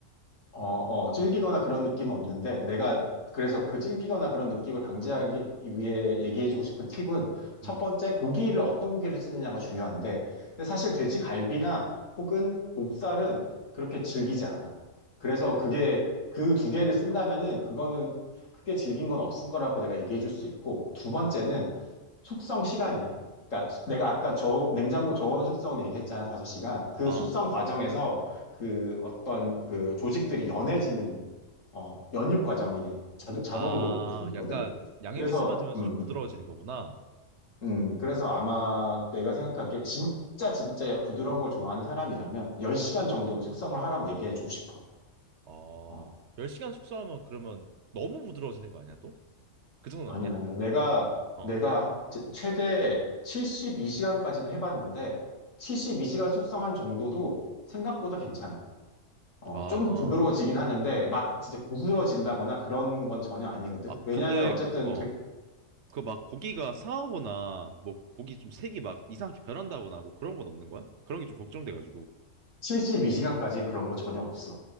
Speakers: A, on the left; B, on the right.
A: 어, 어, 질기거나 그런 느낌은 없는데, 내가 그래서 그 질기거나 그런 느낌을 방지하기 위해 얘기해주고 싶은 팁은 첫
B: 응.
A: 번째, 고기를 어떤 고기를 쓰느냐가 중요한데, 근데 사실 돼지 갈비나 혹은 목살은 그렇게 질기지 않아. 그래서 그게 그 두 개를 쓴다면은 그거는 크게 질긴 건 없을 거라고 내가 얘기해줄 수 있고, 두 번째는 숙성 시간이야. 그러니까 내가 아까 저 냉장고 저온 숙성 얘기했잖아, 다섯 시간그
B: 아,
A: 숙성 과정에서 그 어떤 그 조직들이 연해지는 어, 연육 과정이 자동, 자동으로
B: 아,
A: 그 생기거든.
B: 약간 양념이
A: 그래서
B: 스며들면서
A: 음,
B: 좀 부드러워지는
A: 음,
B: 거구나.
A: 음, 그래서 아마 내가 생각하기에 진짜 진짜 부드러운 걸 좋아하는 사람이라면 10시간 정도는 숙성을 하라고 얘기해주고 싶어.
B: 어,
A: 어,
B: 10시간 숙성하면 그러면 너무 부드러워지는 거 아니야, 또? 그 정도는
A: 아니
B: 아니야?
A: 아니야. 내가
B: 어.
A: 내가 제- 최대 72시간까지도 해봤는데 72시간 숙성한 정도도 생각보다 괜찮아. 어,
B: 아, 아,
A: 좀 부드러워지긴 하는데, 막
B: 어.
A: 진짜 부스러진다거나 그런 건 전혀 아니거든.
B: 아,
A: 왜냐면
B: 근데
A: 어쨌든
B: 어, 그 막 고기가 상하거나 뭐 고기 좀 색이 막 이상하게 변한다거나 뭐 그런 건 없는 거야? 그런 게 좀 걱정돼가지고.
A: 72시간까지는 그런 거 전혀 없어.